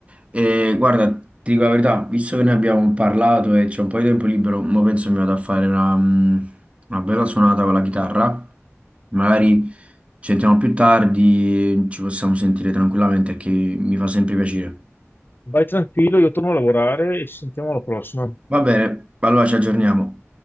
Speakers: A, on the right (about 25°); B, on the left (about 45°).
A: E guarda, ti dico la verità, visto che ne abbiamo parlato e c'è un po' di tempo libero, mo penso mi vado a fare una, mm, una bella suonata con la chitarra. Magari ci sentiamo più tardi, ci possiamo sentire tranquillamente, che mi fa sempre piacere.
B: Vai tranquillo, io torno a lavorare e ci sentiamo alla prossima.
A: Va bene, allora ci aggiorniamo.